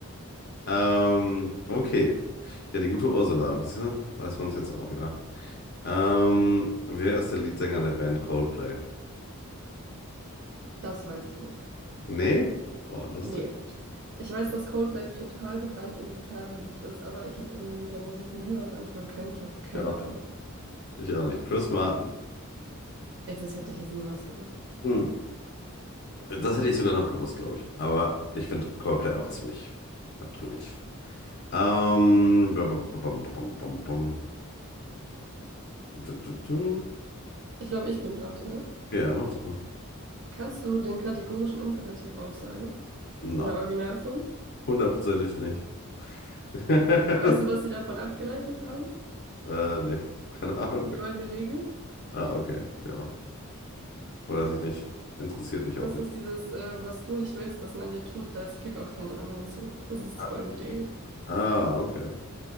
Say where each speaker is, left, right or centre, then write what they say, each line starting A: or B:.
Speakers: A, on the left; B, on the right.
A: Ähm, okay. Ja, die gute Ursula. Siehst du, Weiß man es jetzt auch wieder. Ähm, wer ist der Leadsänger der Band Coldplay?
B: Das weiß ich nicht.
A: Nee? Oh, lustig.
B: Nee. Ich weiß, dass Coldplay total bekannt und total beliebt ist, aber ich habe irgendwie mit der Musik nie was anfangen können. Ich habe keine
A: Ich auch
B: Ahnung.
A: nicht. Ich auch nicht. Chris Martin.
B: Ja, das hätte ich jetzt niemals gewusst.
A: Hm. Das hätte ich sogar noch gewusst, glaube ich. Aber ich finde Coldplay auch ziemlich abtrünnig. Ähm, bam, bam, bam, bam, bam, bam. bam. Du, du, du.
B: Ich glaube, ich bin dran sogar.
A: Ja, mach das mal.
B: Kannst du den kategorischen Imperativ aufsagen?
A: Nein.
B: In der Originalform?
A: Hundertprozentig nicht. <laughs>
B: Weißt du, was sie davon abgeleitet haben?
A: Äh, nee, keine Ahnung.
B: Die goldene Regel?
A: Ah, okay. Ja, weiß ich nicht. Interessiert mich auch
B: Das
A: nicht.
B: ist dieses, äh, was du nicht willst, dass man dir tut, das füg auch keinem anderen zu. Das ist
A: Ah,
B: die goldene Regel.
A: ah, okay.